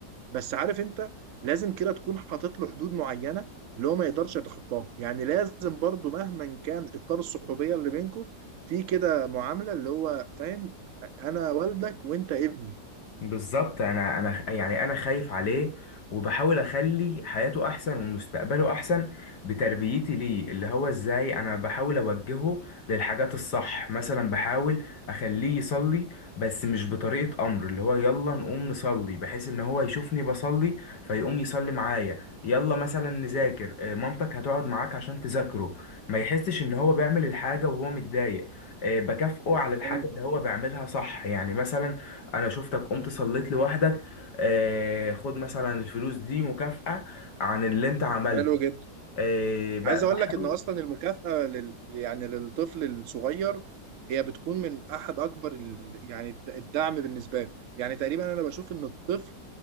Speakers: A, on the right (about 65°); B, on the left (about 75°).
A: بس عارف انت لازم كده تكون حاطط له حدود معينه اللي هو ما يقدرش يتخطاها يعني لازم برضو مهما كان اطار الصحوبيه اللي بينكم في كده معامله اللي هو فاهم انا والدك وانت ابني
B: بالظبط انا انا يعني انا خايف عليه وبحاول اخلي حياته احسن ومستقبله احسن بتربيتي ليه اللي هو ازاي انا بحاول اوجهه للحاجات الصح مثلا بحاول اخليه يصلي بس مش بطريقة امر اللي هو يلا نقوم نصلي بحيث ان هو يشوفني بصلي فيقوم يصلي معايا يلا مثلا نذاكر آه، مامتك هتقعد معاك عشان تذاكره ما يحسش ان هو بيعمل الحاجة وهو متضايق آه، بكافئه على الحاجة
A: حلو
B: اللي هو بيعملها صح يعني مثلا انا شفتك قمت صليت لوحدك آه خد مثلا الفلوس دي مكافأة عن اللي انت عملته
A: حلو جدا
B: آه ب-
A: عايز اقول
B: بحاول
A: لك ان اصلا المكافاه لل... يعني للطفل الصغير هي بتكون من احد اكبر ال... يعني الد- الدعم بالنسبه له يعني تقريبا انا بشوف ان الطفل